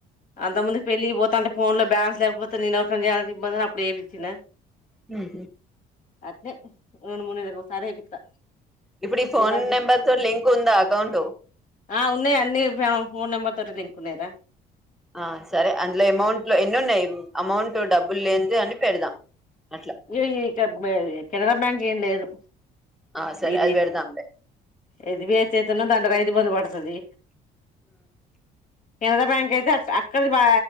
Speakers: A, on the left (about 50°); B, in the centre.
A: అంత ముందు పెళ్ళి పోతాంట ఫోన్ లో బ్యాన్స్ లేకపోతే నేను ఒకనే అది ఇబ్బంది అని అప్పుడు ఏపిచిన.
B: హ్మ్
A: అద్దే రెండు మూడు నెల్ల ఒసారే ఏపిత్తా.
B: ఇప్పుడు ఫోన్
A: ఈ మధ్య
B: నెంబర్ తో లింక్ ఉందా అకౌంట్
A: ఆ ఉన్నాయి అన్నీ ఫెమ్ ఫోన్ నెంబర్ తోటిది. కునేద
B: ఆ సరే అందులో అమౌంట్ లో ఎన్ని ఉన్నాయి అమౌంట్ డబ్బులు లేంది అన్ని పెడదాం. అట్లా
A: గిది చెక్బే కెనరా బ్యాంక్ ఏం లేదు.
B: ఆ సరే
A: ఇది
B: అది పెడదాంలే
A: ఇదివేచెత్తనం దండరయి ఇబ్బంది పడతది. కెనడా బ్యాంక్ అయితే అక అక్. అక్కడ మా